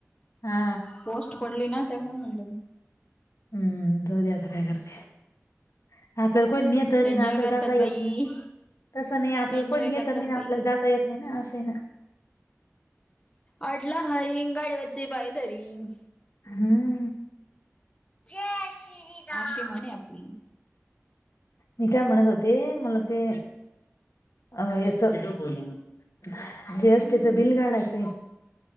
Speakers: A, on the left (about 75°); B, on the left (about 20°).
A: हा
B: पोस्ट पडली ना, ''त्यामुळे म्हणले मी''
A: हम्म--जाऊदे आता काय करायचं, आता कोण ने तरी
B: एन्जॉय
A: ना, आपल्या
B: करतात
A: जाता येत
B: बाई
A: नाही, तसं नाही आपला
B: एन्जॉय
A: कोण नेत
B: करतात
A: नाही,
B: बाई
A: आपल्या जाता येत नाही. आहे ना अस आहे ना
B: ''अडला हरी गाडवाचे पाय धरी''
A: हम्
B: ''जय श्री राम'' अशी म्हणे आपली
A: मी, 'काय म्हणत होते', मला ते अ यच--'जीएसटीचं बिल काढायचंय'.